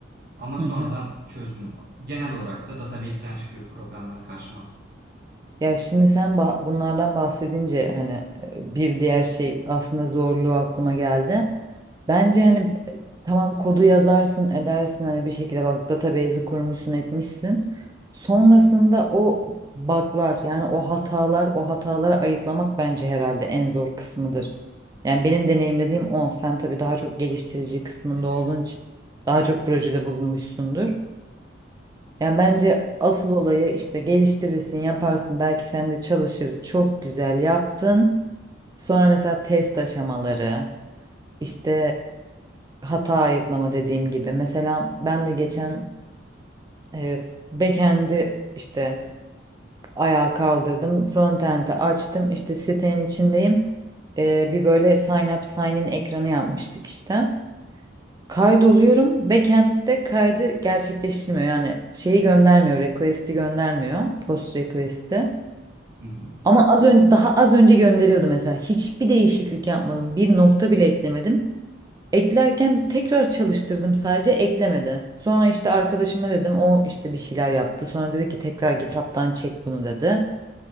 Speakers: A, on the right (about 55°); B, on the right (about 20°).
A: Ama
B: Hı
A: sonradan
B: hı.
A: çözdüm. Genel olarak da database'ten çıkıyor problemler karşıma.
B: Ya şimdi sen bah- bunlardan bahsedince hani e, bir diğer şey aslında zorluğu aklıma geldi. Bence hani e, tamam kodu yazarsın edersin hani bir şekilde bak database'i kurmuşsun etmişsin. Sonrasında o bug'lar yani o hatalar o hataları ayıklamak bence herhalde en zor kısmıdır. Yani benim deneyimlediğim o. Sen tabii daha çok geliştirici kısmında
A: Bir.
B: olduğun için daha çok projede bulunmuşsundur. Ya bence asıl olayı işte geliştirirsin, yaparsın. Belki sen de çalışır. Çok güzel yaptın. Sonra mesela test aşamaları, işte e, hata ayıklama dediğim gibi. Mesela ben de geçen e, backend'i işte ayağa kaldırdım. Frontend'i açtım. İşte sitenin içindeyim. E, bir böyle sign up, sign in ekranı yapmıştık işte. Kaydoluyorum. Backend'de kaydı gerçekleştirmiyor. Yani şeyi göndermiyor. Request'i göndermiyor. Post request'i.
A: Hı hı.
B: Ama az önce daha az önce gönderiyordu mesela. Hiçbir değişiklik yapmadım. Bir nokta bile eklemedim. Eklerken tekrar çalıştırdım sadece eklemedi. Sonra işte arkadaşıma dedim o işte bir şeyler yaptı. Sonra dedi ki tekrar GitHub'tan çek bunu dedi.